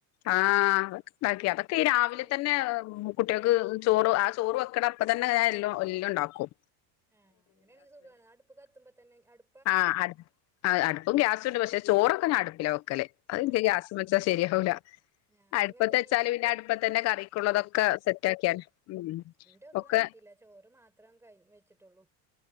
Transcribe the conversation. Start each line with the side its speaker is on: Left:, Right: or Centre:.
Left: ആഹ് അതൊക്കെണ്ടാക്കി അതൊക്കെയീ രാവിലെ
Centre: ചോറ്
Left: തന്നെ ഉ കുട്ട്യൾക്ക് ചോറ് ആഹ് ചോറ് വെക്കണപ്പതന്നെ ഞൻ എല്ലും എല്ലു ണ്ടാക്കും
Centre: ആഹ് അങ്ങനെയണെങ്കി സുഖാണ് അടുപ്പ് കത്തുമ്പോ തന്നെ അഹ് അടു
Left: ആഹ് അട് അടുപ്പും ഗ്യാസുണ്ട് പക്ഷെ ചോറൊക്കെ ഞാ അടുപ്പില വെക്കല് അഇൻക്ക്
Centre: ആഹ്
Left: ഗ്യാസ്മെ
Centre: ആഹ്
Left: ച്ച ശെര്യാവൂല
Centre: ഞാൻ
Left: അട്പ്പത്തച്ചാല്
Centre: അങ്ങൻ തന്നേണ്. അടുപ്പ്
Left: പിന്നെ അടുപ്പതന്നെ കറിക്കുള്ളതൊക്കെ സെറ്റ് ആക്യാല് ഉം
Centre: ന്റെ ഒന്നും
Left: ഒക്കെ
Centre: ആയ്റ്റില്ല ചോറ് മാത്രം കഴ് വെച്ചിട്ടുള്ളൂ